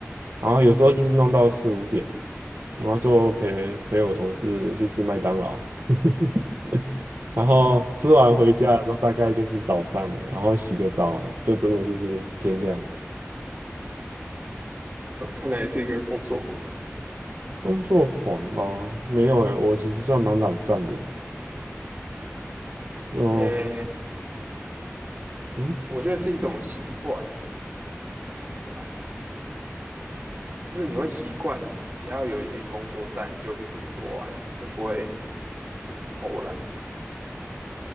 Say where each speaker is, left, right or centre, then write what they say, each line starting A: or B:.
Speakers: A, on the right (about 85°); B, on the right (about 35°).
A: 然后有时候就是弄到四五点，然后就陪陪我同事去吃麦当劳，<laughs> 然后吃完回家的时候大概就是早上了，
B: 我
A: 然后洗个澡了就真的就是天亮。
B: 我看来是一个工作狂。
A: 工作狂吗？没有诶，我其实算蛮懒散的，就
B: 诶，
A: 嗯。
B: 我觉得是一种习惯，对吧？就是你会习惯，只要有一件工作在，你就会一直做完啊，就不会就是偷懒这样，